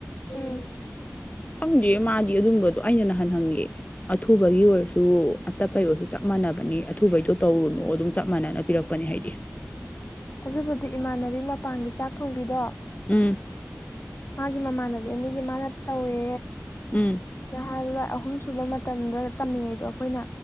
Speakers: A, on the left; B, on the left.
A: ꯎꯝ
B: ꯈꯪꯗꯦ ꯃꯥꯗꯤ ꯑꯗꯨꯝꯕꯗꯣ ꯑꯩꯅ ꯅꯍꯥꯟ ꯍꯪꯉꯦ ꯑꯊꯨꯕꯒꯤ ꯑꯣꯏꯔꯁꯨ ꯑꯇꯞꯄꯒꯤ ꯑꯣꯏꯔꯁꯨ ꯆꯪꯉꯦ ꯆꯞ ꯃꯥꯟꯅꯕꯅꯤ ꯑꯊꯨꯕꯩꯗꯣ ꯇꯧꯔꯨꯅꯨ ꯑꯗꯨꯝ ꯆꯞ ꯃꯥꯟꯅꯅ ꯄꯤꯔꯛꯄꯅꯤ ꯍꯥꯏꯗꯤ
A: ꯑꯗꯨꯕꯨꯗꯤ ꯏꯃꯥꯟꯅꯕꯤ ꯃꯄꯥꯟꯒꯤ ꯆꯥꯛ ꯊꯣꯡꯕꯤꯗꯣ
B: ꯎꯝ
A: ꯃꯥꯒꯤ ꯃꯃꯥꯟꯅꯕꯤ ꯑꯅꯤꯒꯤ ꯃꯥꯅ ꯇꯧꯋꯦ
B: ꯎꯝ
A: ꯅꯍꯥꯟꯋꯥꯏ ꯑꯍꯨꯝ ꯁꯨꯕ ꯃꯇꯝꯗ ꯇꯝꯃꯤꯉꯩꯗꯣ ꯑꯩꯈꯣꯏꯅ